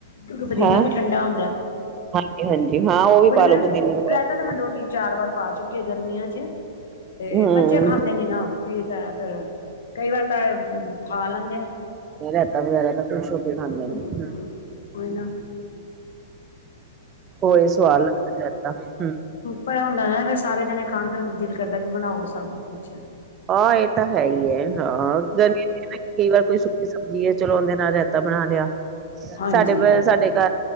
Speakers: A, on the left; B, on the right.
A: ਕਿਉਂਕਿ, ਪੁਦੀਨਾ
B: ਹੈਂ
A: ਵੀ ਠੰਡਾ ਹੁੰਦਾ,
B: ਹਾਂਜੀ ਹਾਂਜੀ ਹਾਂ ਉਹ ਵੀ
A: ਬੜਾੜ
B: ਪਾਲੋ ਪੁਦੀਨੇ ਵਗੈਰਾ
A: ਪਤਾਂ ਮੈਂ ਦੋ, ਤਿੰਨ- ਚਾਰ ਵਾਰ ਪਾ ਚੁੱਕੀ ਆ ਗਰਮੀਆਂ ਚ ਤੇ
B: ਹਮ
A: ਬੱਚੇ ਖਾਂਦੇ ਨਈ ਨਾ, ਤੇ ਫੇਰ ਕਈ ਵਾਰ ਤਾਂ, ਖਾ ਲੈਂਦੇ ਆ।
B: ਰਇਤਾ ਵਗੈਰਾ, ਤਾਂ ਖੁਸ਼ ਹੋ ਕੇ ਖਾਂਦੇ
A: ਹੂੰ,
B: ਨੇ,
A: ਕੋਈ ਨਾ
B: ਓਹੀ ਸਵਾਦ, ਲਗਦੀ ਜਿਆਦਾ ਹਮ।
A: ਪਿਆ ਹੁੰਦਾ ਨਾ, ਫਿਰ ਸਾਰੇ ਜਾਣੇ ਖਾਣ, ਫਿਰ ਦਿਲ ਕਰਦਾ ਵੀ ਬਣਾਓ ਸਭ ਕੁਛ।
B: ਆ ਇਹ ਤਾਂ ਹੈ ਹੀ ਹੈ, ਹਾਂ ਗਰਮੀ। ਕਈ ਵਾਰ ਕੋਈ ਸੁੱਕੀ ਸਬਜ਼ੀ ਆ, ਚਲੋ ਉਹਦੇ ਨਾਲ ਰਾਇਤਾ, ਬਣਾ ਲਿਆ
A: ਹਾਂਜੀ
B: ਸਾਡੇ- ਸਾਡੇ ਘਰ।